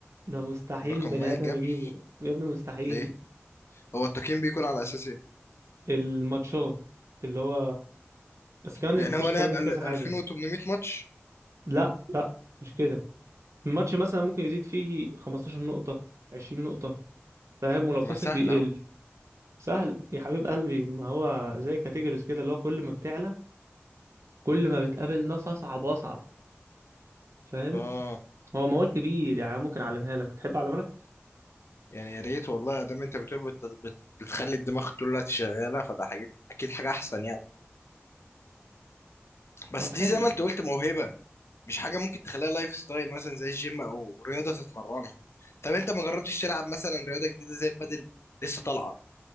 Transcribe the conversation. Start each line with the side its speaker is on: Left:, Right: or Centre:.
Right: ده مستحيل
Left: رقم
Right: بني
Left: ما
Right: آدم
Left: يتجابش
Right: يجيبه يا ابني مستحيل
Left: ليه هو التقييم بيكون على اساس ايه
Right: الماتشات اللي هو بس كمان
Left: يعني هو
Right: الشطرنج
Left: لعب ال-
Right: في كذا حاجة
Left: 2800 ماتش
Right: لا لا مش كده الماتش مثلا ممكن يزيد فيه 15 نقطة 20 نقطة فاهم ولو
Left: طب
Right: خسر
Left: ما سهل
Right: بيقل
Left: اهو
Right: سهل يا حبيب قلبي ما هو زي كاتيجوريز كده اللي هو كل ما بتعلى كل ما بتقابل ناس اصعب واصعب فاهم
Left: اه
Right: هو مواد كبير يعني ممكن اعلمها لك تحب اعلمها لك
Left: يعني يا ريت والله ادام انت بتقول بت... بت... بتخلي الدماغ طول الوقت شغاله فده حاجه اكيد حاجه احسن يعني بس
Right: طب حلو
Left: دي زي ما انت قلت موهبه مش حاجه ممكن تخليها لايف ستايل مثلا زي الجيم او رياضه تتمرنها طب انت ما جربتش تلعب مثلا رياضه جديده زي البادل لسه طالعه